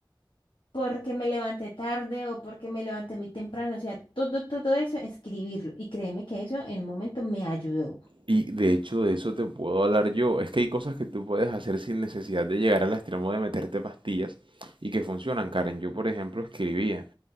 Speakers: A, on the left (about 75°); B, on the right (about 75°).
A: porque me levanté tarde o porque me levanté muy temprano, o sea, todo, todo eso, escribirlo. Y créeme que eso en un momento me ayudó.
B: Y de hecho de eso te puedo hablar yo. Es que hay cosas que tú puedes hacer sin necesidad de llegar al extremo de meterte pastillas y que funcionan, Karen. Yo, por ejemplo, escribía